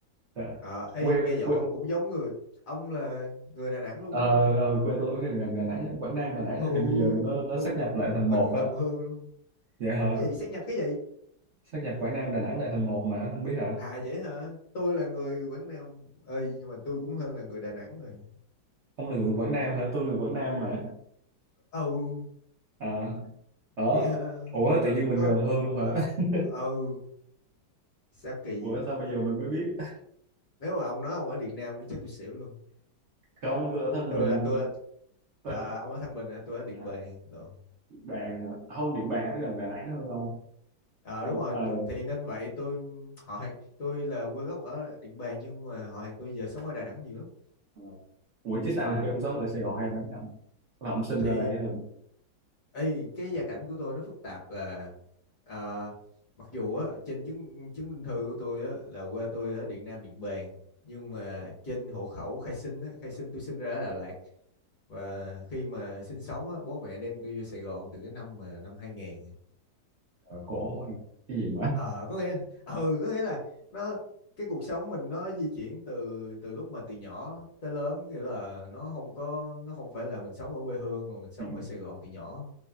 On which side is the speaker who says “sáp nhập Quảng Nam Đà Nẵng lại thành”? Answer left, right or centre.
Right